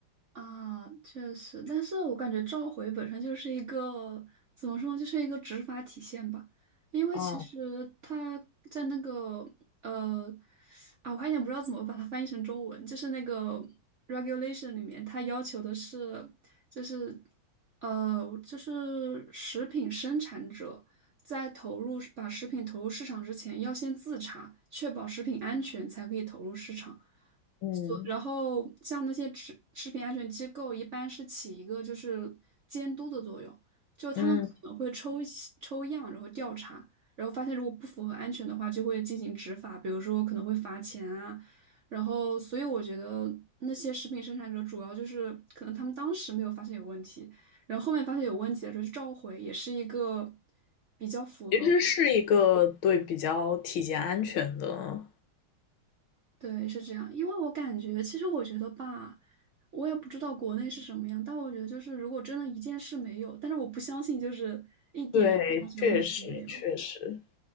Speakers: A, on the right; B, on the left.
A: 啊，确实，但是我感觉召回本身就是一个怎么说呢，就是一个执法体现吧。因为其实他在那个呃
B: 哦，
A: 啊，我还有点不知道怎么把它翻译成中文，就是那个 regulation 里面，它要求的是就是呃就是食品生产者在投入把食品投入市场之前，要先自查，确保食品安全才可以投入市场。
B: 嗯
A: 所然后像那些食食品安全机构，一般是起一个就是监督的作用，就他们可能会抽一些抽样，
B: 嗯，
A: 然后调查，然后发现如果不符合安全的话，就会进行执法，比如说可能会罚钱啊。然后，所以我觉得那些食品生产者主要就是可能他们当时没有发现有问题，然后后面发现有问题的时候就召回，也是一个比较符合。
B: 其实是一个对比较体检安全的，
A: 对，是这样，因为我感觉，其实我觉得吧，我也不知道国内是什么样，但我觉得就是，如果真的一件事没有，但是我不相信就是一点安全问题都没有。
B: 对，确实确实，